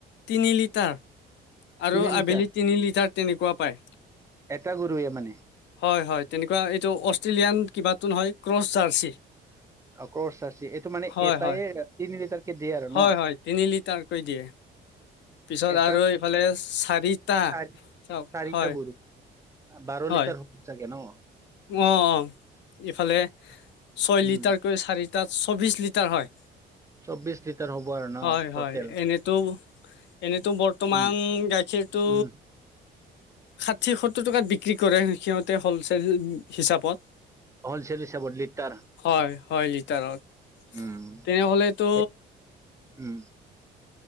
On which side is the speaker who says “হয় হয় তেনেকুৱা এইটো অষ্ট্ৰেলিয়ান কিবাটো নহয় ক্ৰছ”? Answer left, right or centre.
Left